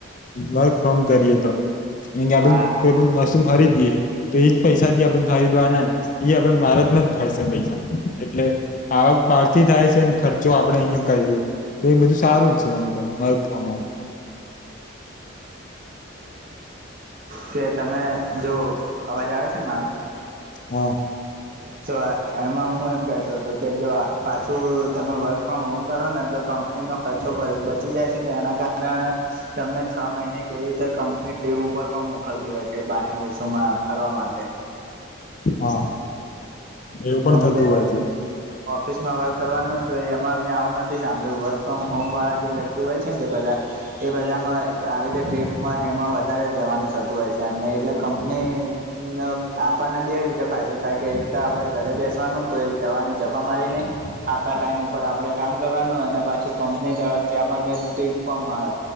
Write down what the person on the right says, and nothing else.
હા
કે તમે જો અવાજ આવે છે, ને મારો?
તો એમાં હું એમ કેતો હતો કે જો પાછું તમે વર્ક ફ્રોમ હોમ કરો ને તો કમ પની ખર્ચો બ બચી જાય છે, ને એના કારણે તમને છ મહિને કે એવી રીતે કંપની ટ્રીપ ઉપર પણ મોકલતી હોય છે, બારના દેશોમાં ફરવા માટે
ઓમ
જ્યારે
ઓફિસમાં વર્ક કરવાનું હોયને તો એમાં મેં આવું નથી સાંભળ્યું વર્ક ફ્રોમ હોમ વાળા જે વ્યક્તિ હોય છે, ને જે બધા એ બધામાં આવી રીતે ટ્રીપમાં ને એમાં વધારે જવાનું થતું હોય છે, એમને એટલે કંપની ન આપણને બે રીતે ફાયદો થાય કે એક તો આપડે ઘરે બેસવાનું કોઈ જવાની જફામારી નહી આપડા ટાઈમ ઉપર આપડે કામ કરવાનું અને પાછું કપંનીની તરફથી આપણને ટ્રીપ પણ મળે